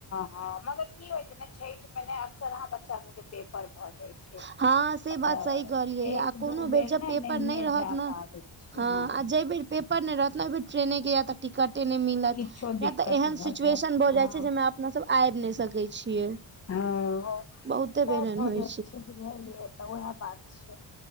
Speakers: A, on the left; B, on the right.
A: ह, मगर की होय छैय न, छैठ मे न अक्सर आहाँ बच्चा सब के पेपर भऽ जाय छै।
B: हँ, से बात
A: तऽ
B: सही कहलियै
A: एक
B: आ, कोनो
A: दू
B: बेर जब
A: ने
B: पेपर
A: नहिए
B: नैय रहत
A: जा
B: न।
A: पाबै छियै
B: हँ, आ जयबेर पेपर नैय रहत न, ओय बेर, ट्रेने के या तऽ टिकट नैय मिलत,
A: किछो
B: या
A: दिक्कत
B: तऽ एहन
A: भऽ
B: सिचुएशन
A: जायत
B: भऽ
A: हँ
B: जाय छैय, जेहिमे अपना सब अैब नैय सकै छियै।
A: हँ,
B: बहुते
A: सेह
B: बेर एहन
A: भ
B: होइ
A: जय छै बुझलियै। तऽ उएह बात छै।